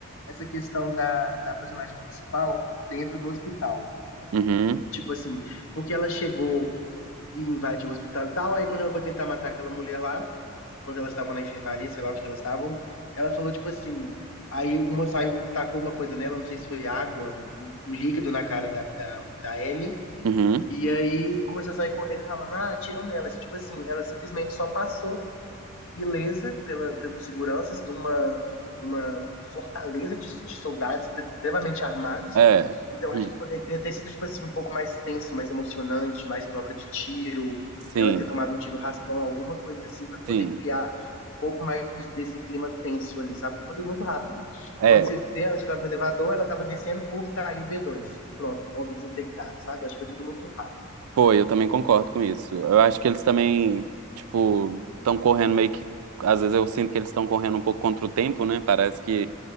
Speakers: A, on the left; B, on the right.
A: essa questão da, da personagem principal dentro do hospital.
B: Uhum.
A: Tipo assim, porque ela chegou e invadiu o hospital e tal, aí quando ela foi tentar matar aquela mulher lá. quando elas estavam na enfermaria, sei lá onde que elas estavam, ela falou, tipo assim, aí uma saiu, tacou uma coisa nela, não sei se foi água, um um líquido na cara da, da, da Ellie,
B: Uhum.
A: e aí começou a sair correndo e falando, ah, atiram nela. Tipo assim, ela simplesmente só passou ilesa pela, pelos seguranças de uma, de uma fortaleza de, de soldados extremamente armados.
B: É.
A: Então, acho
B: Hum.
A: que poderia ter sido, tipo assim, um pouco mais tenso, mais emocionante, mais troca de tiro,
B: Sim.
A: ela ter tomado um tiro raspão, alguma coisa assim, para poder
B: Sim.
A: criar um pouco mais desse clima tenso ali, sabe? Porque foi tudo muito rápido.
B: É,
A: Quando você vê, ela já estava no elevador, ela estava descendo, por caiu o b dois Pronto, pontos infectados, sabe? Acho que foi tudo muito rápido.
B: Foi, eu também concordo com isso. Eu acho que eles também, tipo, estão correndo meio que. Às vezes eu sinto que eles estão correndo um pouco contra o tempo, né? Parece que